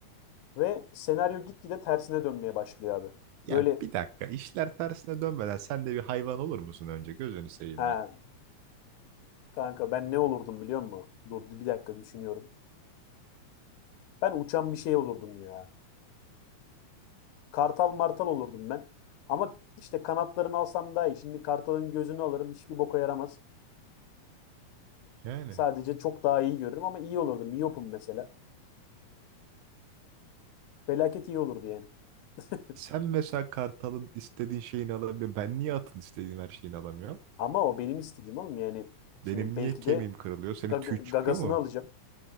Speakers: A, on the left (about 85°); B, on the right (about 85°).
A: Ve senaryo gitgide tersine dönmeye başlıyor abi.
B: Ya
A: Böyle
B: bir dakika işler tersine dönmeden sen de bir hayvan olur musun önce gözünü seveyim
A: ha,
B: bak.
A: Kanka ben ne olurdum biliyor musun? Dur bir dakika düşünüyorum. Ben uçan bir şey olurdum ya. Kartal martal olurdum ben. Ama işte kanatlarını alsam daha iyi. Şimdi kartalın gözünü alırım hiçbir boka yaramaz.
B: Yani
A: Sadece çok daha iyi görürüm ama iyi olurdum. Miyopum mesela. Felaket iyi olurdu yani. <laughs>
B: sen mesela kartalın istediğin şeyini alabiliyor. Ben niye atın istediğim her şeyini alamıyorum?
A: Ama o benim istediğim oğlum yani. Şimdi
B: Benim niye
A: belki
B: kemiğim
A: de
B: kırılıyor? Senin
A: gaga-
B: tüy çıkıyor
A: gagasını
B: mu?
A: alacağım.